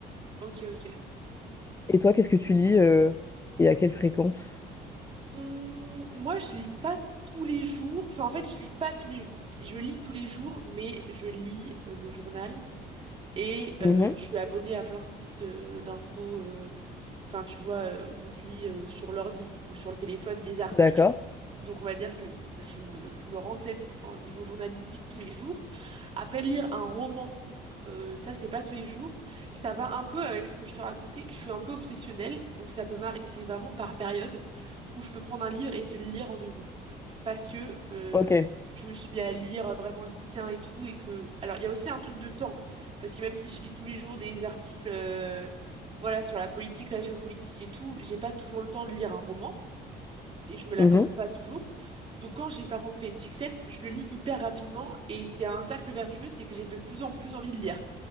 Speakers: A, on the right; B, on the left.
A: ok, ok.
B: Et toi, qu'est-ce que tu lis euh, et à quelle fréquence?
A: Hum, moi, je lis pas tous les jours. Enfin, en fait, je lis pas tous les jours. Si, je lis tous les jours, mais je lis euh, le journal. Et
B: Mhm.
A: euh, je suis abonnée à plein de sites euh, d'infos, euh, enfin, tu vois, euh, où je lis euh, sur l'ordi ou sur le téléphone des articles.
B: D'accord.
A: Donc, on va dire que je me, je me renseigne en niveau journalistique tous les jours. Après, lire un roman, euh, ça, c'est pas tous les jours. Ça va un peu avec ce que je te racontais. Je suis un peu obsessionnelle, donc ça peut m'arriver. C'est vraiment par période où je peux prendre un livre et te le lire en deux jours parce que euh,
B: Ok.
A: je me suis mis à lire vraiment le bouquin et tout et que alors il y a aussi un truc de temps parce que même si je lis tous les jours des articles euh, voilà sur la politique, la géopolitique et tout, j'ai pas toujours le temps de lire un roman et je me l'accorde
B: Mhm.
A: pas toujours. Donc quand j'ai par contre fait une fixette, je le lis hyper rapidement et c'est un cercle vertueux, c'est que j'ai de plus en plus envie de lire.